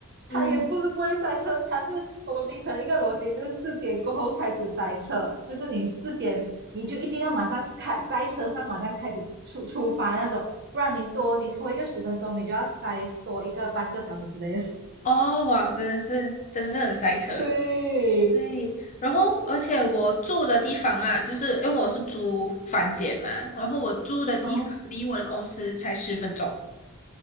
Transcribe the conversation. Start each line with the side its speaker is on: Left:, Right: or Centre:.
Right: 它也不是不会塞车，
Left: 嗯。
Right: 它是我们槟城一个逻辑就是四点过后开始塞车，就是你四点你就一定要马上开在车上马上开始出出发那种，不然你多你拖一个十分钟，你就要塞多一个半个小时之类的。
Left: 哦，哇，真的是，真的是很塞车。
Right: <laughs> 对，
Left: 对，然后而且我住的地方啊，就是因为我是租房间嘛，然后我住的地方离我的公司才十分钟，
Right: 啊